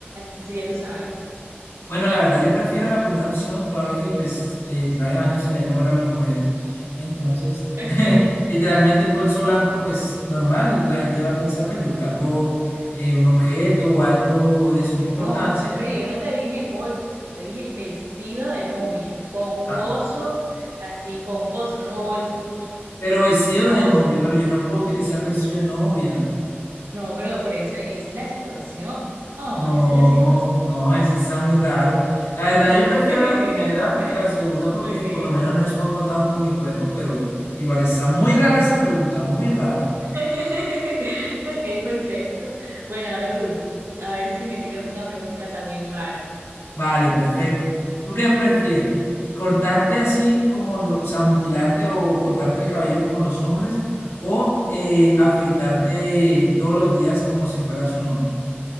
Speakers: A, on the right; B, on the left.
A: así ya tú sabes.
B: Bueno, la verdad, yo prefiero la primera opción, toda vez que pues, el traje de baño se le ve mejor a las mujeres. Entonces,
A: Ok.
B: <laughs> literalmente el bolso blanco, pues normal, la gente va a pensar, pues yo cargo eh, un objeto o algo de suma importancia,
A: No, pero yo no te dije bolso, te dije vestido de novia, pomposo,
B: ah,
A: así pomposo, no bolso,
B: pero vestido
A: pomposo.
B: de novia, pero yo no puedo utilizar vestido de novia.
A: No, pero por eso, esa es la situación, esa
B: No,
A: es la situación.
B: no, ese está muy raro. La verdad, yo prefiero
A: <laughs>
B: la primera que la segunda porque
A: Ok,
B: por lo menos no expongo tanto mi cuerpo, pero igual está muy rara esa pregunta, muy rara.
A: <laughs> ok, perfecto. Bueno, ahora tú, a ver si me tiras una pregunta también rara.
B: Vale, perfecto. ¿Tú qué prefieres? ¿Cortarte así como lo, o sea, motilarte o cortarte el cabello como los hombres o eh, afeitarte todos los días como si fueras un hombre?